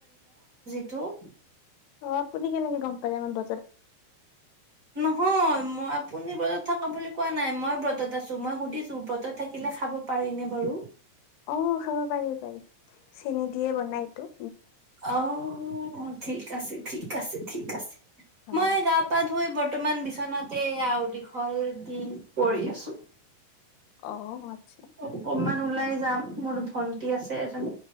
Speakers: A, on the right; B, on the left.
A: ত <unintelligible>
B: অ' আপুনি কেনেকে গম পালে মই ব
A: নহয় মই আপুনি বেলেগ থকা বুলি কোৱা নাই মই ব্ৰতত আছো মই সুধিছো ব্ৰতত থাকিলে খাব পাৰি নে বাৰু?
B: অ খাব পাৰি-পাৰি চেনী দিয়ে বনাইটো।
A: অ ঠিক আছে ঠিক আছে ঠিক আছে
B: হয়।
A: মই গা পা ধুই বৰ্ত তমান বিচনাতে আও দীঘল দিন পৰি আছোঁ
B: অ <inaudible>
A: অকণমান ওলায় যাম মোৰো ভণ্টী আছে এজনী